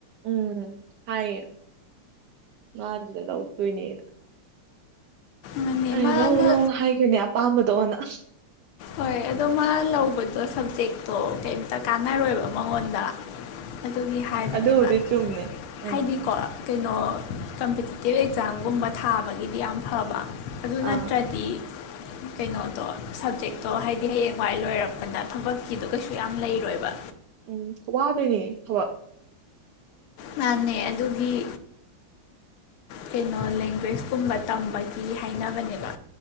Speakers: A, on the right; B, on the left.
A: ꯎꯝ ꯍꯥꯏꯌꯦ ꯃꯥ ꯑꯗꯨꯗ ꯂꯧꯗꯣꯏꯅꯦꯗ
B: ꯃꯥꯅꯦ
A: ꯑꯩꯅ
B: ꯃꯥꯅ
A: ꯂꯧ ꯂꯧ ꯍꯥꯏꯒꯤꯕꯅꯦ ꯑꯄꯥꯝꯕꯗꯣ ꯑꯣꯅ
B: ꯍꯣꯏ ꯑꯗꯣ ꯃꯥ ꯂꯧꯕꯗꯣ ꯁꯕꯖꯦꯛꯇꯣ ꯀꯩꯝꯇ ꯀꯥꯟꯅꯔꯣꯏꯕ ꯃꯉꯣꯟꯗ ꯑꯗꯨꯒꯤ ꯍꯥꯏꯕꯅꯦꯕ
A: ꯑꯗꯨꯕꯨꯗꯤ ꯆꯨꯝꯃꯦ ꯎꯝ
B: ꯍꯥꯏꯗꯤꯀꯣ ꯀꯩꯅꯣ ꯀꯝꯄꯤꯇꯤꯇꯤꯞ ꯑꯦꯛꯖꯥꯝꯒꯨꯝꯕ ꯊꯥꯕꯒꯤꯗꯤ ꯌꯥꯝ ꯐꯕ ꯑꯗꯨ ꯅꯠꯇ꯭ꯔꯗꯤ
A: ꯑꯥ
B: ꯀꯩꯅꯣꯗꯣ ꯁꯞꯖꯦꯛ ꯑꯗꯣ ꯍꯥꯏꯗꯤ ꯍꯌꯦꯡꯋꯥꯏ ꯂꯣꯏꯔꯛꯄꯗ ꯊꯕꯛꯀꯤꯗꯣ ꯀꯩꯁꯨ ꯌꯥꯝ ꯂꯩꯔꯣꯏꯕ
A: ꯎꯝ ꯋꯥꯗꯣꯏꯅꯦ ꯊꯕꯛ
B: ꯃꯥꯥꯟꯅꯦ ꯑꯗꯨꯒꯤ ꯀꯩꯅꯣ ꯂꯦꯡꯒ꯭ꯋꯦꯁꯀꯨꯝꯕ ꯇꯝꯕꯒꯤ ꯍꯥꯏꯅꯕꯅꯦꯕ